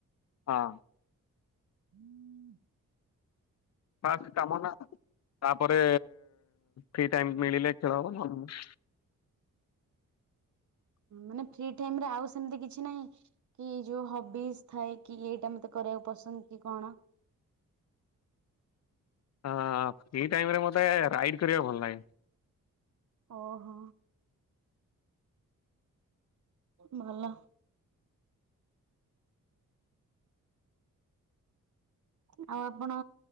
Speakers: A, on the left; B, on the right.
A: ହଁ।
B: ହୁଁ
A: ଫାଷ୍ଟ କାମ ନା ତାପରେ ଫ୍ରି ଟାଇମ ମିଳିଲେ ଖେଳ ହବ ନହଲେ
B: ମାନେ ଫ୍ରି ଟାଇମରେ ଆଉ ସେମତି କିଛି ନାହିଁ? କି ଯୋଉ ହବିଜ୍ ଥାଏ କି ଏଇଟା ମତେ କରିବାକୁ ପସନ୍ଦ କି କଣ?
A: ହଁ ଫ୍ରି ଟାଇମରେ ମତେ ରାଇଡ୍ କରିବାକୁ ଭଲ ଲାଗେ।
B: ଓହୋ। ଭଲ। ଆଉ ଆପଣ